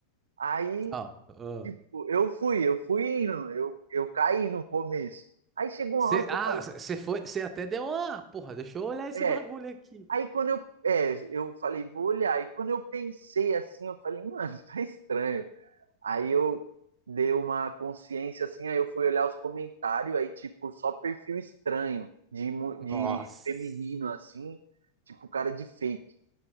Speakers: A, on the right; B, on the right.
A: Aí,
B: Ah, ah.
A: tipo, eu fui, eu fui indo, eu, eu caí no começo. Aí chegou
B: Cê,
A: uma hora que
B: ah,
A: eu falei,
B: você foi, você até deu uma. Porra, deixa eu olhar esse
A: é,
B: bagulho aqui.
A: Aí quando eu, é, eu falei, vou olhar. E quando eu pensei assim, eu falei, mano, <laughs> tá estranho. Aí eu dei uma consciência assim, aí eu fui olhar os comentários, aí tipo, só perfil estranho de, mu- de
B: Nossa.
A: feminino assim, tipo cara de fake.